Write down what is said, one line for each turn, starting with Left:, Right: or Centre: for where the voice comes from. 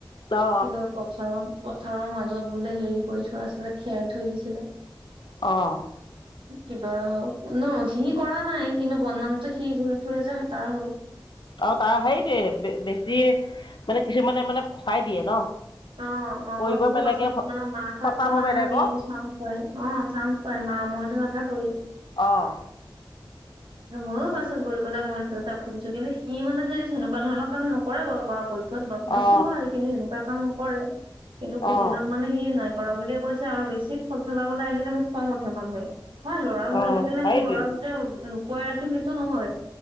Left: অ
Right: কিবা পথাৰ পথাৰৰ মাজত বোলে হেৰি কৰি থোৱা আছিলে খেৰ থৈ দিছিলে।
Left: অঁ।
Right: <inaudible> কিবা ন সি কৰা নাই কিন্তু বদনামটো সি ঘূৰি ফুৰি যে হেই তাৰ হ'ল।
Left: অ তাৰ সেইটোয়ে বেছি মানে কিছুমানে মানে ফচাই দিয়ে ন।
Right: অ মাঘৰ
Left: কৰিব
Right: বিহুৰ
Left: বেলেগে
Right: পাছত মানে মাহঁততো
Left: ফচাব
Right: নাথাকেই
Left: বেলেগক
Right: চান্স পায় অ চান্স পায় মা মইতো নাথাকোৱেই।
Left: অঁ।
Right: ময়ো পাছত গৈ পেলাই মই তাক সুধিছো কিন্তু সি মানে যদি তেনেকুৱা ধৰণৰ কাম নকৰে বাৰু পৰা পক্ষ- ত বদমাচি
Left: অ
Right: হয় কিন্তু সেনেকুৱা কাম নকৰে কিন্তু সুধিলত
Left: অ
Right: মানে সি নাই কৰা বুলিয়ে কৈছে আৰু বেছি ফল খেলাবলৈ আহিলে মোক খং উঠে মানুহে। হয় লৰা ভুল
Left: অ
Right: থাকিলে
Left: সেইটোৱে
Right: মই লৰা ভুল যে লুকুৱাই ৰাখিম এইটো নহয়